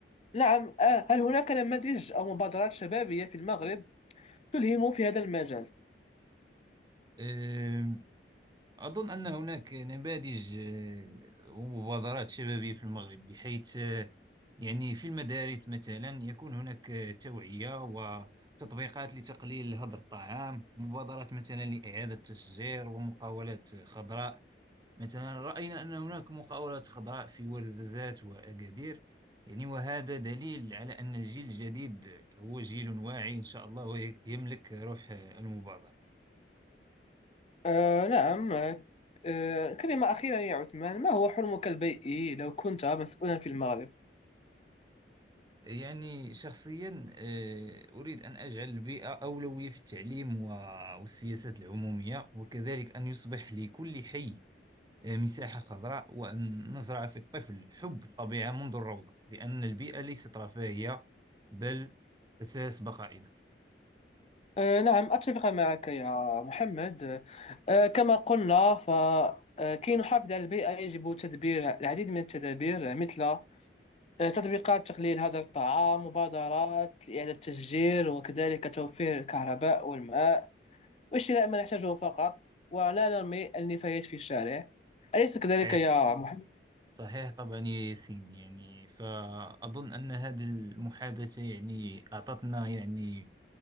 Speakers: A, on the left; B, on the right.
A: نعم آه. هل هناك نماذج أو مبادرات شبابية في المغرب تلهم في هذا المجال؟
B: آه أظن أن هناك نماذج آه ومبادرات شبابية في المغرب بحيث آه يعني في المدارس مثلا يكون هناك توعية وتطبيقات لتقليل هدر الطعام مبادرات مثلا لإعادة تشجير ومقاولات خضراء مثلا رأينا أن هناك مقاولات خضراء في ورزازات وأكادير يعني وهذا دليل على أن الجيل الجديد هو جيل واعي إن شاء الله ويملك روح المبادرة
A: آه نعم آه آه، كلمة أخيرة يا عثمان ما هو حلمك البيئي لو كنت مسؤولا في المغرب؟
B: يعني شخصيا آه، أريد أن أجعل البيئة أولوية في التعليم و- والسياسات العمومية وكذلك أن يصبح لكل حي آه، مساحة خضراء وأن نزرع في الطفل حب الطبيعة منذ الروضة لأن البيئة ليست رفاهية بل أساس بقائنا
A: آه، نعم أتفق معك يا محمد آه، كما قلنا فكي نحافظ على البيئة يجب تدبير العديد من التدابير مثل آه، تطبيقات تقليل هدر الطعام مبادرات لإعادة التشجير وكذلك توفير الكهرباء والماء وشراء ما نحتاجه فقط ولا نرمي النفايات في الشارع أليس كذلك
B: صحيح
A: يا محمد؟
B: صحيح طبعا يا ياسين يعني فأظن أن هذه المحادثة يعني أعطتنا يعني